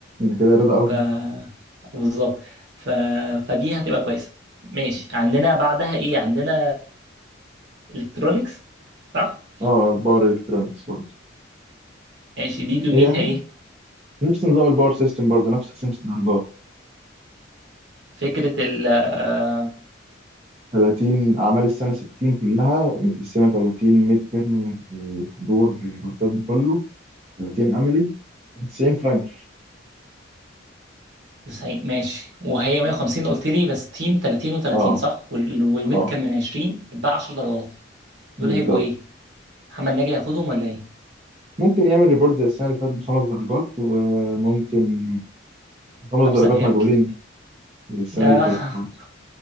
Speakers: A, on the right; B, on the right.
A: ده كده رضا قوي
B: ف بالظبط ف... فدي هتبقى كويسه ماشي عندنا بعدها ايه عندنا الكترونكس صح
A: اه الباور الكترونكس برضه
B: ماشي دي دنيتها
A: هي
B: ايه
A: نفس نظام الباور سيستم برضه نفس قسمة الدرجات
B: فكره ال آه،
A: 30 أعمال السنة 60 كلها متقسمة 30 ميد ترم بالحضور بالبورتال كله 30 عملي 90 فاينل
B: 90 ماشي وهي 150 قلت لي بس تيم 30 و30
A: اه
B: صح وال- والميد
A: اه
B: كان من 20 يبقى 10 درجات
A: بالظبط
B: دول هيبقوا ايه محمد ناجي هياخدهم ولا ايه
A: ممكن يعمل ريبورت زي السنة اللي فاتت بخمس درجات وممكن خمس
B: خمسة
A: درجات
B: غياب
A: مجهولين
B: كده
A: السنة
B: يا
A: اللي فاتت
B: <laughs>
A: برضه